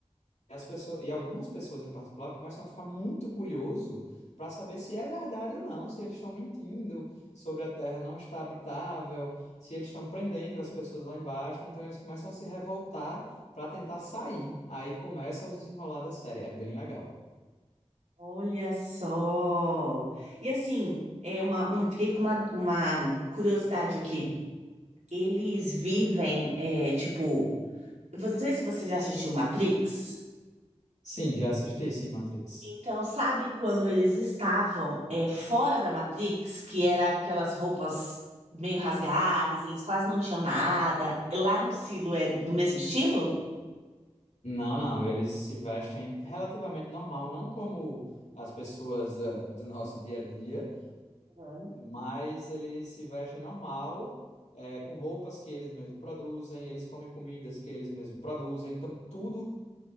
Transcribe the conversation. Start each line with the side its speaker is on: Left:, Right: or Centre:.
Left: E as pessoas, e algumas pessoas em particular começam a ficar muito curioso para saber se é verdade ou não, se eles estão mentindo sobre a Terra não estar habitável, se eles estão prendendo as pessoas lá embaixo. Então eles começam a se revoltar para tentar sair. Aí começa o desenrolar da série. É bem legal.
Right: Olha só. E assim, é uma, um- fiquei com uma, uma curiosidade aqui. Eles vivem, é, tipo, você- não sei se você já assistiu Matrix.
Left: Sim, já assisti, sim, Matrix.
Right: Então, sabe quando eles estavam, é, fora da Matrix, que era aquelas roupas meio rasgadas, eles quase não tinham nada. E lá no Silo é do mesmo estilo?
Left: Não, não, eles se vestem relativamente normal, não como as pessoas da- do nosso dia a dia.
Right: Uhum.
Left: mas eles se vestem normal, é, com roupas que eles mesmos produzem, eles comem comidas que eles mesmos produzem, então tudo